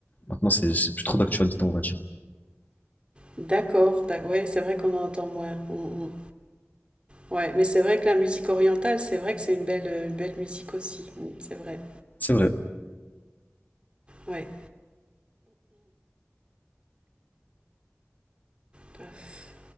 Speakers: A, on the left; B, on the right.
A: Maintenant, c'est c'est plus trop d'actualité, on va dire.
B: D'accord, d'ac- ouais, c'est vrai qu'on en entend moins. Mm, mm. Ouais, mais c'est vrai que la musique orientale, c'est vrai que c'est une belle, euh, belle musique aussi. Mm, C'est vrai,
A: C'est vrai.
B: ouais. Paf.